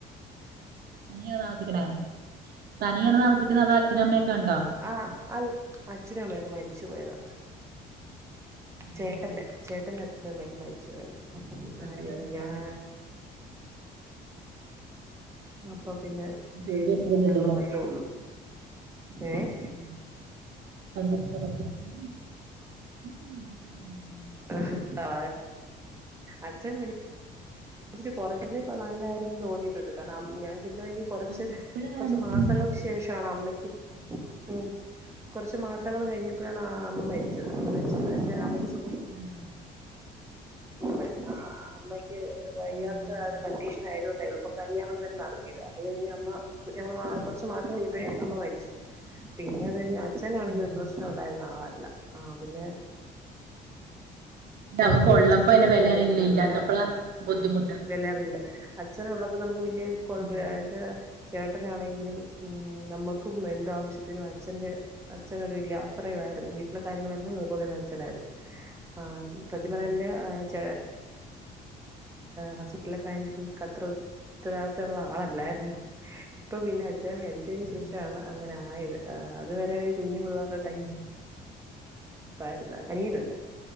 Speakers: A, on the right; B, on the right.
A: തനിയെ താമസിക്ണെ തനിയാണോ താമസിക്ക്ണെ അതോ അച്ഛനും അമ്മയൊക്കെ ഉണ്ടോ
B: ആ അല്ല അച്ഛനും അമ്മയൊക്കെ മരിച്ചു പോയതാ
A: ആണല്ലേ
B: ചേട്ടന്റെ ചേട്ടന്റെ അച്ഛനും അമ്മയൊക്കെ മരിച്ചു പോയത അപ്പം പിന്നെ
A: ആ, അതാ
B: ആരുല്ല
A: ചോദിച്ചാ
B: ഞാൻ അപ്പൊ പിന്നെ
A: ജോലി എത്തിയൊന്നുമില്ലല്ലോ
B: ഞങ്ങള് മാത്രേ ഉള്ളൂ
A: <unintelligible>
B: ഏഹ് അഹ് ആ അഛൻ മരി ഇച്ച് കുറചോക്കെ നല്ലായിരുന്നു തോന്നിയിട്ടുണ്ട് കാരണം ഞാൻ ഇതി കഴിഞ്ഞ് കോറച്ച്
A: ഇപ്പഴാ
B: കോറച്ച്
A: നമുക്ക്
B: മാസങ്ങൾക്ക്
A: ഇതിന്റെ
B: ശേഷാ ണ് അമ്മയ്ക്ക് ഉം കൊറച്ച് മാസങ്ങള് കഴിഞ്ഞപ്പഴാണ് ആ അമ്മ മരിച്ചത് അമ്മ മരിച്ചെന്ന് വെച്ചാൽ അമ്മക്ക് സു
A: അ അ
B: ഇരിക്ക്മ്പോഴ് അ അമ്മയ്ക്ക് വയ്യാത്ത
A: ആ, ആ, ആ,
B: ഒരു കണ്ടീഷൻ ആയതോണ്ട് എളുപ്പം കല്യാണം തന്നെ നടത്തിയത് അത് കഴിഞ്ഞ് അമ്മ ഞങ്ങള് കുറച്ചു മാസം കഴിഞ്ഞപ്പോഴേ അമ്മ മരിച്ചു പിന്നെത് അച്ഛനാണെങ്കിൽ
A: ആ.
B: ഒരു പ്രശ്നം ഉണ്ടായിരുന്ന ആളല്ല ആ പിന്നെ
A: ഇത്
B: കൊഴപ്പ്
A: നമുക്ക്
B: മരിച്ചതില്
A: ഉള്ളപ്പോ അതിന്റെ വില അറിയില്ല
B: നല്ല
A: ഇല്ലാത്തപ്പോഴാ ബുദ്ധിമുട്ട്
B: വല്യേ അറിവില്ല അച്ഛനു ള്ളപ്പോ നമുക്ക് വല്യേ കുഴപ്പില്ല
A: ഉം.
B: അതുവെച്ച ചേട്ടനാണെങ്കിലും ഉം നമ്മക്കും എന്ത ആവശ്യത്തിനും അച്ഛന്റെ അച്ഛനോരു വലിയ ആശ്രയമായിരുന്നു വീട്ടിലെ കാര്യങ്ങളൊ ന്ന നോക്കണത്
A: ആ,
B: ഇന്റെ അച്ഛനായിരുന്നു അ സത്യംപറഞ്ഞാന്റെ
A: ആ. ശരിയാ.
B: ചേ ഹോസ്പിറ്റലക്കാര്യം ഇൻ ക് അത്രഓ ഉത്തരവാദിത്തള്ള ആളല്ലായിരുന്നു ഇപ്പൊ പിന്നെ അച്ചൻ മരിച്ചതിന്
A: ഉം
B: ശേഷാണ്
A: ഉം
B: അങ്ങനെ ആയത് അതുവരെ ഒരു കുഞ്ഞു പിള്ളേരുടെ ടൈപ്പ
A: ഉം
B: <unintelligible> അനിയനുണ്ട്